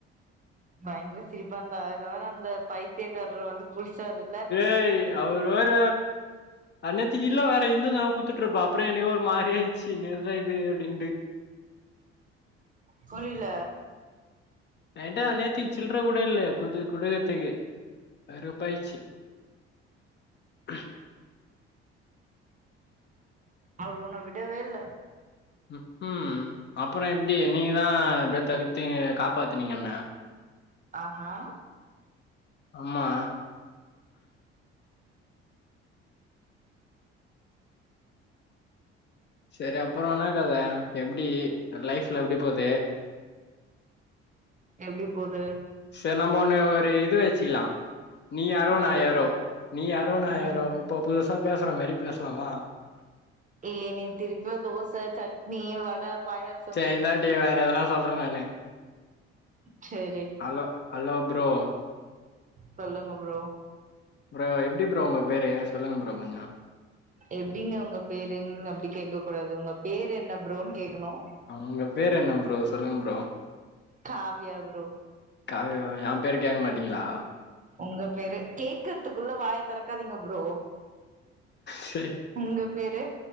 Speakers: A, on the right; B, on the left.
A: பயங்கர சிரிப்பாந்த அதுல வேற அந்த பைத்தியகாரர் வந்து குள்ச்சாரு
B: ஏய் அவர் வேற அன்நேத்திக்கு இல்ல வேற இந்ந நா கூத்துட்டுருப்ப அப்புற என்னைக்கோ ஒரு மாறி ஆயிச்சு என்ற்ற இது அப்டின்டு
A: புரில
B: என்ட அந்நேர்த்தி சில்ரை கூட இல்ல குது குடுக்கத்துக்கு வெருப்பாய்ச்சி <inaudible>
A: அவரு ஒன்ன விடவே இல்ல
B: உம் ம் அப்றம் எப்டி நீங்க தா அப்டியே தகிர்த்து காப்பாத்துனீங்க என்ன
A: ஆஹா
B: ஆமா செரி அப்புறம் என்னக் கத எப்டி லைஃப்லா எப்டி போது
A: எப்டி போது
B: சரி நம்ம ஒண்ணு ஒரு இது வச்சுகலாம் நீ யாரோ
A: என்னது
B: நா யாரோ நீ யாரோ நா
A: ம்
B: யாரோ இப்ப புதுசா பேசுற மாரி பேசலாமா
A: ஏ நீ திருப்பியு தோச சட்னி வட பாயச
B: செரி இந்த வாட்டி வேற எதனா சொல்றன் நானு
A: சேரி
B: ஹலோ ஹலோ ப்ரோ
A: சொல்லுங்க ப்ரோ
B: ப்ரோ எப்டி ப்ரோ உங்க பேரு சொல்லுங்க ப்ரோ கொஞ்சம்
A: எப்டிங்க உங்க பேருங் அப்டி கேக்க கூடாது உங்க பேரு என்ன ப்ரோன்னு கேக்கணும்
B: உங்க பேர் என்ன ப்ரோ சொல்லுங்க ப்ரோ
A: காவியா ப்ரோ
B: காவியோ எ பேரு கேக்க மாட்டீங்களா
A: உங்க பேரு கேக்றதுக்குள்ள வாய தொறக்காதீங்க ப்ரோ
B: சே
A: உங்க பேரு